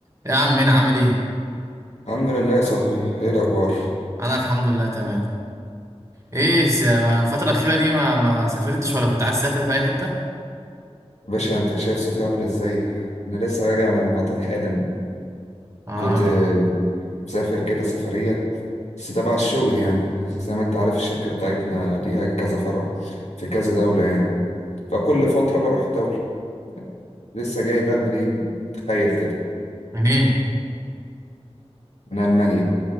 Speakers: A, on the right; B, on the left.
A: يا عم هنا عامل ايه
B: الحمد لله يا صاحبي ايه الاخبار
A: انا الحمد لله تمام ايه س- ما الفتره الاخيره دي ما ما سافرتش ولا كنت عايز تسافر في اي حته
B: باشا انت شايف صوتي عامل ازاي انا لسه راجع من المطار حالا
A: اه
B: كنت آه، مسافر كده سفرية بس تبع الشغل يعني زي ما انت عارف الشركة بتاعتنا ليها كذا فرع في كذا دولة يعني فكل فترة بروح دولة لسه جاي بقى منين تخيل كده
A: منين
B: من ألمانيا